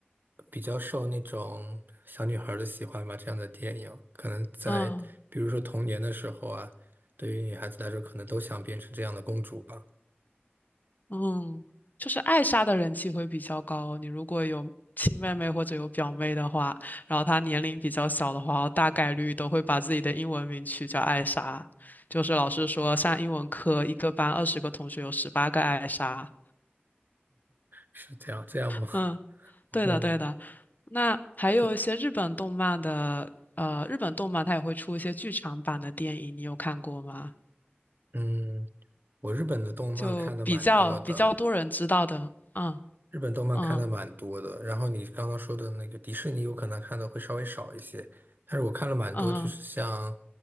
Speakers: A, on the right; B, on the left.
A: 比较受那种小女孩儿的喜欢吧，这样的电影，可能在比如说童年的时候啊，
B: 嗯。
A: 对于女孩子来说，可能都想变成这样的公主吧，
B: 嗯，就是艾莎的人气会比较高。你如果有亲妹妹或者有表妹的话，然后她年龄比较小的话，大概率都会把自己的英文名取叫艾莎。就是老师说，上英文课一个班二十个同学有十八个艾莎。
A: 是这样这样吗？<laughs>
B: 嗯，
A: 然后
B: 对的，对的。那还有一些日本动漫的，
A: 对，
B: 呃，日本动漫它也会出一些剧场版的电影，你有看过吗？
A: 嗯，我日本的动漫看的蛮多的，
B: 就比较比较多人知道的，嗯
A: 日本动漫看的蛮多的，
B: 嗯
A: 然后你刚刚说的那个迪士尼，有可能看的会稍微少一些，但是我看了蛮多，
B: 嗯
A: 就是像，